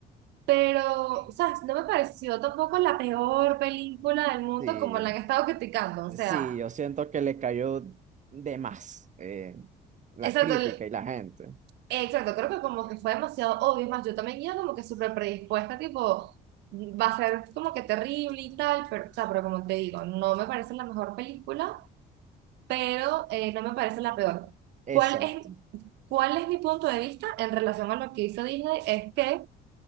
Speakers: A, on the right; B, on the right.
A: pero, ¿sabes? No me pareció tampoco la peor película del mundo
B: Sí,
A: como la han estado criticando, o sea,
B: sí, yo siento que le cayó de más eh, la
A: exacto,
B: crítica
A: el-
B: y la gente.
A: exacto, creo que como que fue demasiado obvio, es más, yo también iba como que súper predispuesta, tipo, va a ser como que terrible y tal, pero, o sea, pero como te digo, no me parece la mejor película. pero eh, no me parece la peor.
B: Exacto.
A: ¿Cuál es, cuál es mi punto de vista en relación a lo que hizo Disney? Es que,